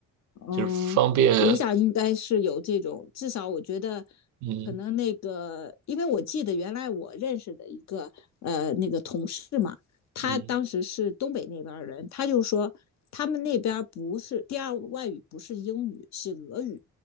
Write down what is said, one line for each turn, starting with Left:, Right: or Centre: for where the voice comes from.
Left: 嗯，
Right: 就是方便。
Left: 我想应该是有这种，至少我觉得
Right: 嗯
Left: 可能那个，因为我记得原来我认识的一个呃那个同事嘛，他当时是东北那边人，
Right: 嗯，
Left: 他就说他们那边不是第二外语不是英语，是俄语。